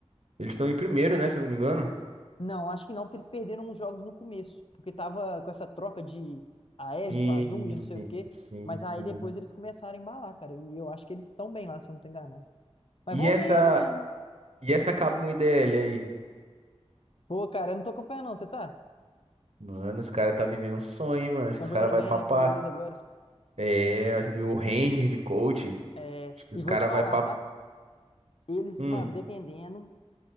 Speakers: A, on the right; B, on the left.
A: Eles estão em primeiro, né? Se eu não me engano.
B: Não, acho que não, porque eles perderam uns jogos no começo, porque tava com essa troca de Aegis
A: Sim,
B: pra Doom, de não sei
A: sim,
B: o quê,
A: sim,
B: mas
A: sim.
B: aí depois eles começaram a embalar, cara, e eu acho que eles estão bem lá, se eu não tô enganado. Mas
A: E
B: vamos
A: essa.
B: ver aí amanhã, né?
A: E essa Kabum IDL aí?
B: Pô, cara, eu não tô acompanhando não, você tá?
A: Mano, os caras tá vivendo um sonho, hein, mano. Acho
B: Estão
A: que os
B: jogando
A: caras vai
B: bem,
A: papar.
B: né, com o Wiz agora.
A: É, e o Ranger de coach.
B: É,
A: Acho que
B: e
A: os
B: vou
A: caras
B: te falar,
A: vai pra.
B: tá? Eles,
A: Hum.
B: mano, dependendo,